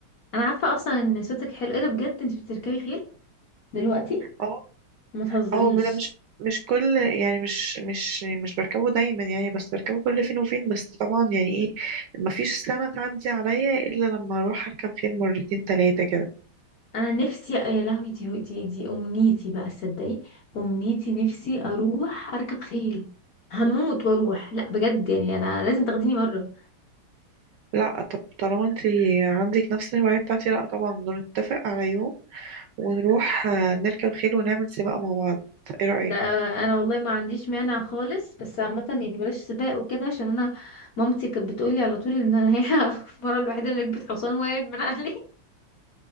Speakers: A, on the left; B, on the right.
A: انا عارفه اصلا ان صوتك حلو ايه ده بجد انت بتركبي خيل دلوقتي
B: اه
A: ما تهزريش
B: اه ده مش مش كل يعني مش مش مش بركبه دايما يعني بس بركبه كل فين وفين بس طبعا يعني ايه مفيش سنة تعدي عليا إلا لما أروح أركب خيل مرتين تلاتة كده
A: انا نفسي يا لهوي دي دي دي امنيتي بقى تصدقي امنيتي نفسي اروح اركب خيل هموت واروح لا بجد يعني انا لازم تاخديني مره
B: لا طب طالما انت عندك نفس الهواية بتاعتي لا طبعا نتفق على يوم ونروح آه، نركب خيل ونعمل سباق مع بعض ايه رأيك
A: ده انا والله ما عنديش مانع خالص بس عامه يعني بلاش سباق وكده عشان انا مامتي كانت بتقولي على طول ان انا هي <laughs> المره الوحيده اللي ركبت حصان وقعت من عليه <laughs>